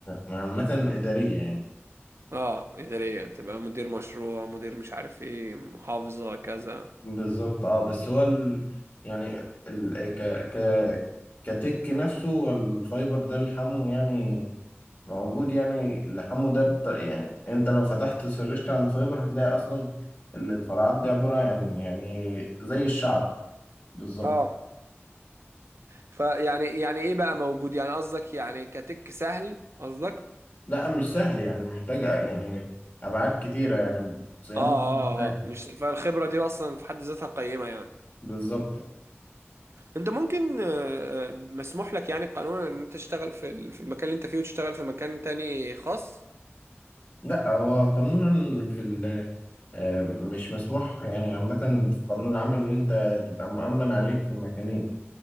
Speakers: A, on the left; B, on the right.
A: عامة إدارية يعني
B: اه إدارية تبقى مدير مشروع مدير مش عارف ايه محافظة كذا
A: بالظبط اه بس هو ال... يعني ال... ك... ك... كتك نفسه والفايبر ده لحمه يعني موجود يعني لحمه ده بط... يعني انت لو فتحت سرشت عن الفايبر هتلاقي اصلا ال- الفرعات دي عبارة يعني يعني زي الشعر بالظبط
B: اه فيعني يعني ايه بقى موجود يعني قصدك يعني كتك سهل قصدك
A: لا مش سهل يعني محتاج يعني ابعاد كتيرة يعني صيانته
B: اه اه
A: مش سهل
B: اه مش فالخبرة دي اصلا في حد ذاتها قيمة يعني
A: بالظبط
B: انت ممكن آه، آه، مسموح لك يعني قانونا ان انت تشتغل في ال- في المكان اللي انت فيه وتشتغل في مكان تاني خاص
A: لا هو قانونا في ال آه، مش مسموح يعني عامة في قانون العمل إن أنت تبقى مؤمن عليك في مكانين